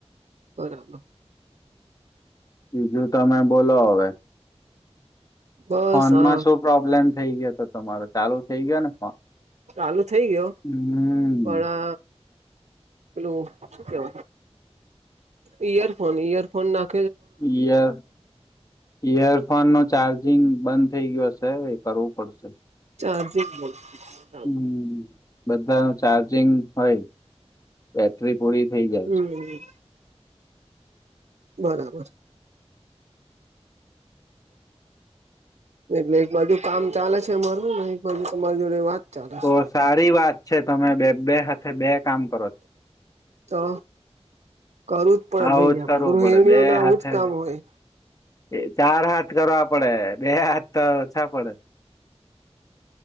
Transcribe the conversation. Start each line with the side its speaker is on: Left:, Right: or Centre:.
Right: બરાબર
Left: બીજું તમે બોલો હવે
Right: બસ
Left: ફોનમાં
Right: આ
Left: શું પ્રોબ્લેમ થઈ ગયો હતો તમારો ચાલુ થઇ ગયો ને
Right: ચાલુ થઇ ગયો
Left: હમ
Right: પણ અ પેલું શું કેવ ઈયરફોન ઈયરફોન નાખ <unintelligible>
Left: ઇયર ઇયરફોન નો ચાર્જ જિંમ બંધ થઇ ગયો હશે એ કરવું પડશે
Right: ચાર્જિંગ બરાબર
Left: હમ બધા ન ચાર્જિંગ હોય બેટરી પૂરી થઇ જાય
Right: હમ
Left: છે
Right: બરાબર
Left: <inaudible>
Right: એટલે એક બાજુ કામ ચાલે છે અમારું એક બાજુ તમારી જોડે વાત ચાલે
Left: તો
Right: છે
Left: સારી વાત છે તમે બે હાથે બે કામ કરો છો
Right: તો કરવું જ પડે
Left: હા આવું
Right: ભાઈ
Left: જ
Right: આમ
Left: કરવું
Right: ગૃહિણીઓને
Left: પડે બે
Right: આવું
Left: હાથે
Right: જ કામ હોય
Left: એ ચાર હાથ કરવા પડે બે હાથ તો ઓછા પડે